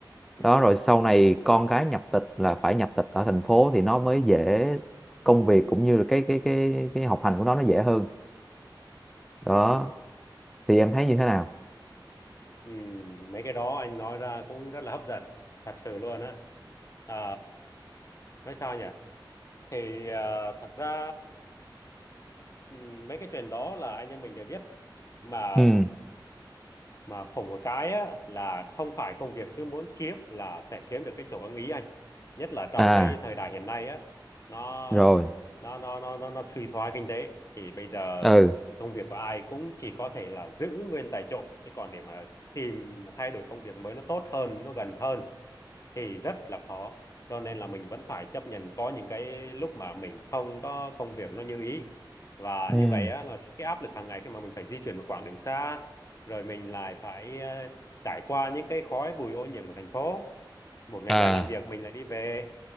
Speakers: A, on the left (about 40°); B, in the centre.
A: ừ
B: đó rồi sau này con cái nhập tịch là phải nhập tịch ở thành phố thì nó mới dễ công việc cũng như là cái cái cái cái học hành của nó nó dễ hơn đó
A: ừ
B: thì em thấy như thế nào
A: ừ mấy cái đó anh nói ra cũng rất là hấp dẫn thật sự luôn á à, nói sao nhỉ thì à, thật ra ừ, mấy cái chuyện đó là anh em mình đều biết mà
B: ừ
A: mà khổ một cái á, là không phải công việc cứ muốn kiếm là sẽ kiếm được cái chỗ ưng ý anh nhất là trong
B: à
A: cái thời đại hiện nay á nó
B: rồi
A: nó nó nó nó, nó suy thoái kinh tế thì bây giờ
B: ừ
A: công việc của ai cũng chỉ có thể là giữ nguyên tại chỗ chứ còn để mà tìm mà thay đổi công việc mới nó tốt hơn nó gần hơn thì rất là khó cho nên là mình vẫn phải chấp nhận có những cái lúc mà mình không có công việc nó như ý và
B: ừ
A: như vậy á là cái áp lực hàng ngày khi mà mình phải di chuyển một quãng đường xa rồi mình lại phải ờ, trải qua những cái khói bụi ô nhiễm của thành phố một ngày
B: à
A: dài làm việc mình lại đi về